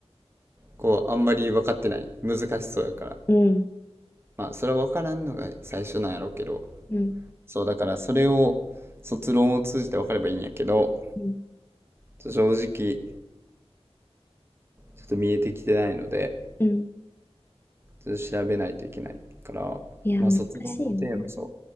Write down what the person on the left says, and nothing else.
うん。
うん。
うん。
うん
いや、
難しいよね。